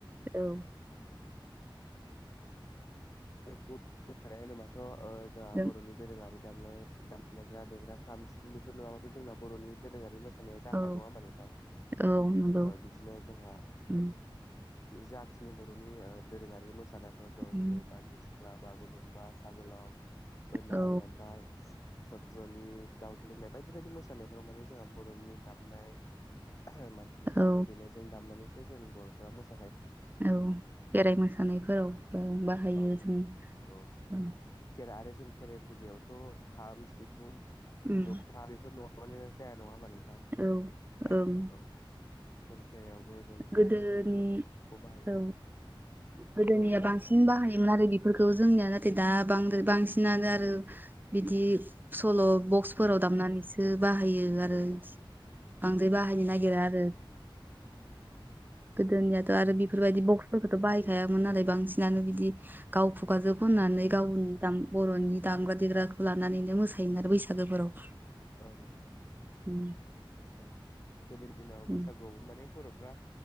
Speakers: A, on the right; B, on the left.
A: औ
B: <unintelligible> होनोबाथ' जोंहा
A: जों
B: बर'नि दोरोङारि दामायग्रा देग्रा खाम सिफुं बेफोर नङाबाथ' जोंना बर'नि दोरोङारि मोसा नाया जाखाया
A: औ
B: नङा होमबा नोंथां
A: औ नंगौ
B: ओ बिदिनो जोंहा
A: उम,
B: जाखिनि बर'नि दोरोङारि मोसानायफोर दं
A: उम,
B: जेरै बारदै सिख्ला बागुरुम्बा सागोलाव बोनाय
A: औ
B: ओमफाय सथ्रलि दाउ थै लोंनाय बायदि बायदि मोसानायफोराव माने जोंहा बर'नि दामनाय माने दामनाय
A: औ
B: देनायजों दामनानैसो जों बर'फ्रा मोस
A: औ खेराइ मोसानायफोरावबो बाहायो
B: औ
A: जों
B: औ
A: औ।
B: खेरा आरो जों खेराइ फुजायावथ' खाम सिफुं
A: उम,
B: जथा बेफोर नङा बानो जाया नङा होमबा नोंथां
A: औ ओं
B: औ जों खेरायावबो जों खाम
A: गोदोनि
B: सिफुं ज'थाखौ बाहायो
A: औ गोदोनिया
B: औ बुंलाय
A: बांसिन
B: नोंथां।
A: बाहायोमोन आरो बेफोरखौ जोंनिया नाथाय बाद्राय बांसिनानो आरो बिदि सल' बक्सफोराव दामनानैसो बाहायो आरो बांद्राय बाहायनो नागिरा आरो। गोदोनियाथ' आरो बेफोरबायदि ब थ' बाहायखायामोन नालाय बांसिनानो बिदि गाव खुगाजो खननानै गावनि दाम बर'नि दाम दामग्रा देग्राखौ लानानैनो मोसायोमोन आरो बैसागोफोराव।
B: औ नोंथां।
A: उम
B: ओ गोदोनि दिनाव
A: उम
B: बैसागुआवबो माने बर'फ्रा